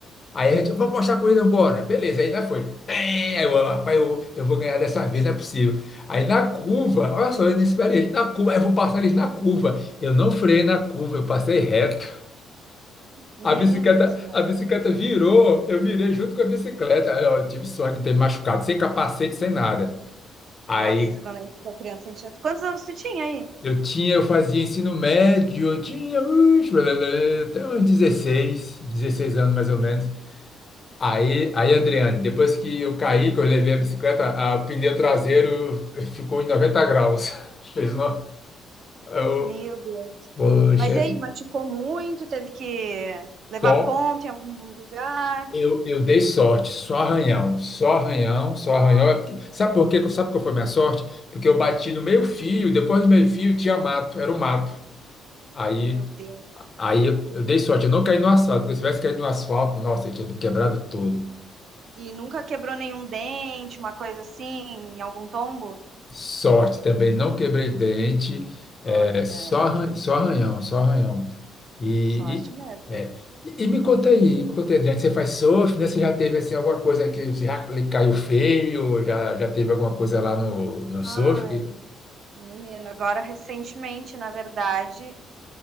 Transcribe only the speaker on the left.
Aí a gente, vamos mostrar a corrida, bora. Beleza, aí lá foi. Tem, Aí eu, rapaz, eu, eu vou ganhar dessa vez, não é possível. Aí na curva, olha só, eu não esperei ele na curva, aí eu vou passar eles na curva. Eu não freiei na curva, eu passei reto.
A bicicleta,
a bicicleta virou, eu virei junto com a bicicleta. Aí, ó, Eu, tive sorte de não ter me machucado, sem capacete, sem nada. Aí
Eu tinha, eu fazia ensino médio, eu tinha uix, blá, blá, blá, até uns dezesseis, dezesseis anos mais ou menos. Aí,
aí, Adriane, depois que eu caí, que eu levei a bicicleta, a- o pneu traseiro ficou em 90 graus. <laughs> Fez uma, eu,
poxa,
só
eu, eu dei sorte, só arranhão, só arranhão, só
arranhão. É porque, sabe por quê? Sabe qual foi a minha sorte? Porque eu bati no meio-fio, depois do meio-fio tinha mato, era o mato. Aí
Aí eu, eu dei sorte, eu não caí no asfalto, porque se tivesse caído no asfalto, nossa, eu tinha me quebrado todo.
Sorte também, não quebrei dente, é,
só,
arran- só arranhão, só arranhão. E,
e, é, e, e me conta aí, me conta aí, Adriano, você faz surf, né? Você já teve assim, alguma coisa que você já lhe caiu feio, já, já teve alguma coisa lá no, no surf?
que-